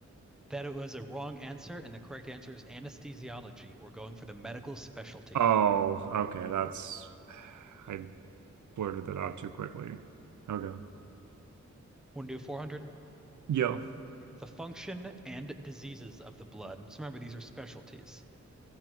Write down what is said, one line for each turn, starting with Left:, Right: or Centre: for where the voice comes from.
Centre: That it was a wrong answer, and the correct answer is anesthesiology. We're going for the medical specialty.
Right: Oh, okay. That's I blurted that out too quickly. Okay.
Centre: Want to do 400?
Right: Yo.
Centre: The function and diseases of the blood. So remember, these are specialties.